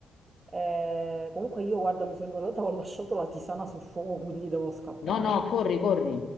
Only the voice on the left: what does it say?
No, no, corri, corri.